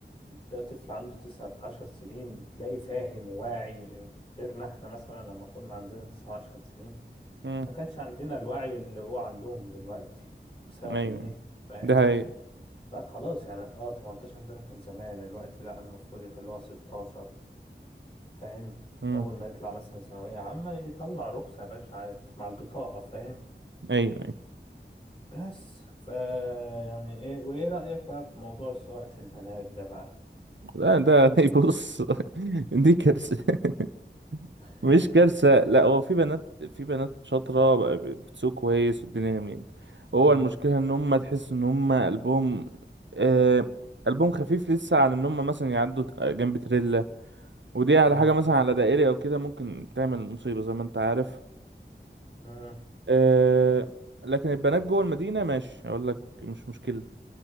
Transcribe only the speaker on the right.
امم
ايوه
ده هي
امم
ايوه أيوه.
لا ده <laughs> يبص دي كارثة <laughs>
مش كارثة لا هو في بنات في بنات شاطرة بقى بتسوق كويس والدنيا جميلة
هو المشكلة ان هم تحس ان هم قلبهم آه قلبهم خفيف لسه على ان هم مثلا يعدوا ت- جنب تريلا ودي على
حاجة مثلا على دائري او كده ممكن تعمل مصيبة زي ما انت عارف
آه لكن البنات جوه المدينة ماشي اقول لك مش مشكلة